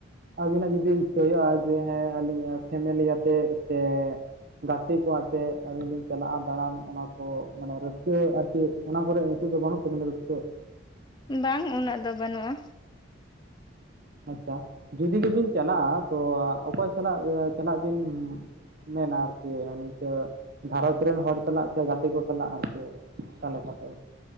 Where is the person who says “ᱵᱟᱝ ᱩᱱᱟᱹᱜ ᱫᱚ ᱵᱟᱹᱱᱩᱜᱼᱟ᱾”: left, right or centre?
Left